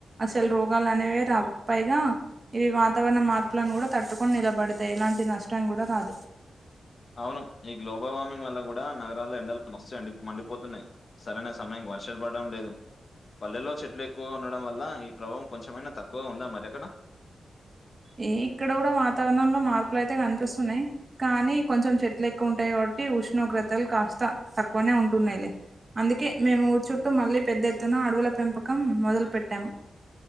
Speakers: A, on the right; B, on the left.
A: అసలు రోగాలు అనే రావు పైగా ఇవి వాతావరణ మార్పులను కూడా తట్టుకని నిలబడతాయి ఎలాంటి నష్టం కూడా రాదు.
B: అవును ఈ గ్లోబల్ వార్మింగ్ వల్ల కూడా నగరాల్లో ఎండలు మస్తు మండి మండిపోతున్నాయి సరైన సమయం. వర్షాలు పడడం లేదు పల్లెల్లో చెట్లు ఎక్కువగా ఉండడం వల్ల ఈ ప్రభావం కొంచెమైనా తక్కువగా ఉందా మరి ఎక్కడ
A: ఏ ఇక్కడ కూడా వాతావరణంలో మార్పులు అయితే కనిపిస్తున్నాయి కానీ కొంచెం చెట్లు ఎక్కువ ఉంటాయి కాబ టి ఉష్ణోగ్రతలు కాస్త తక్కువనే ఉంటున్నాయి అందుకే మేము ఊరు చుట్టూ మళ్ళీ పెద్ద ఎత్తున అడవుల పెంపకం మొదలుపెట్టాము